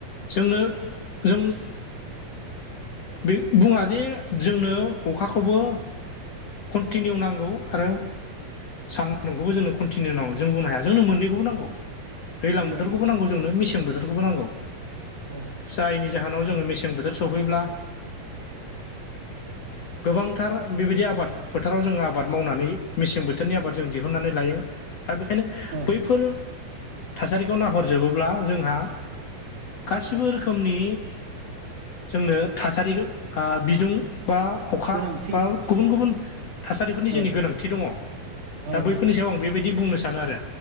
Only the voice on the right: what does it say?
नंगौ
नंगौ
औ
<inaudible>
औ
गोनांथि
औ
औ